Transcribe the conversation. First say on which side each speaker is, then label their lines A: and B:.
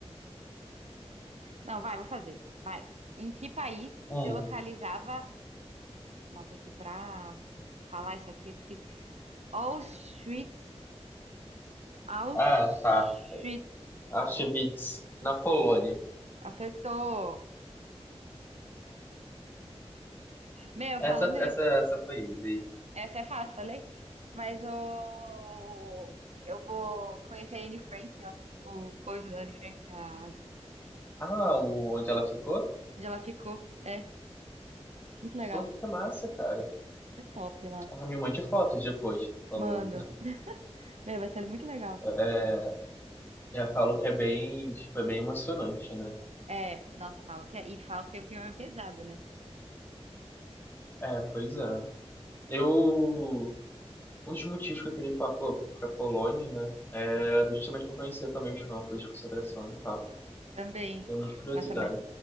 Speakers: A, on the right (about 75°); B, on the left (about 20°).
A: Não, vai, vou fazer. Vai. Em que país
B: Hum.
A: se localizava... Nossa, aqui pra falar isso aqui é difícil. Auschwitz Auschwitz.
B: Ah, tá. Auschwitz, na Polônia.
A: Acertou. Meu,
B: Essa,
A: falando
B: essa,
A: nisso,
B: essa foi easy.
A: essa é fácil, falei? Mas o... eu vou conhecer a Anne Frank, ó. O coisa da Anne Frank, a-
B: Ah, o, onde ela ficou?
A: onde ela ficou. É, muito legal.
B: Pô, que massa, cara.
A: Vai ser top lá.
B: Ah, me mande fotos depois, por favor.
A: Manda. Meu, vai ser muito legal.
B: É, já falo que é bem, tipo, é bem emocionante, né?
A: É, nossa, falam que é. E falam que tem um clima pesado, né?
B: É, pois é. Eu, um dos motivos que eu queria ir pra, Po- pra Polônia, né, era justamente pra conhecer também os campos de concentração e tal.
A: Também.
B: Tenho muita curiosidade.
A: Nossa, mas,